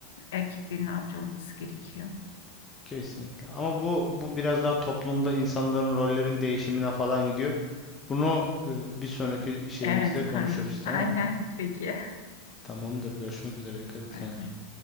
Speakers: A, on the left; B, on the left.
A: erkeklerin avcı olması gerekiyor.
B: Kesinlikle. Ama bu bu biraz daha toplumda insanların rollerin değişimine falan gidiyor. Bunu e, bir sonraki şeyimizde
A: Evet
B: konuşuruz,
A: konu. <laughs>
B: tamam?
A: Aynen peki.
B: Tamamdır. Görüşmek üzere. Dikkat et
A: Vay
B: kendine.
A: be.